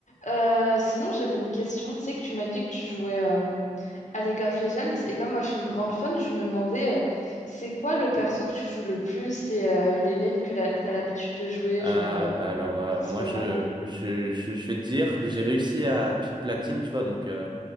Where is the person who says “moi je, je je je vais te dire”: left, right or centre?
Right